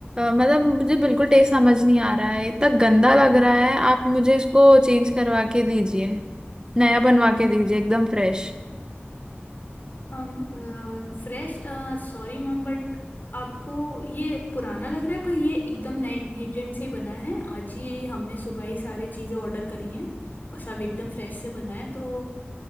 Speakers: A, on the right; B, on the left.
A: मतलब मुझे बिल्कुल टेस्ट समझ नहीं आ रहा है इतना गंदा लग रहा है आप मुझे इसको चेंज करवा के दीजिए नया बनवा के दीजिए एकदम फ्रेश
B: फ्रेश सॉरी मैम बट आपको ये पुराना लग रहा है पर ये एकदम नए इंग्रेडिएंट से बना है आज ही ये हमने सुबह ही सारी चीज़ें ऑर्डर करी हैं और सब एकदम फ्रेश से बना है तो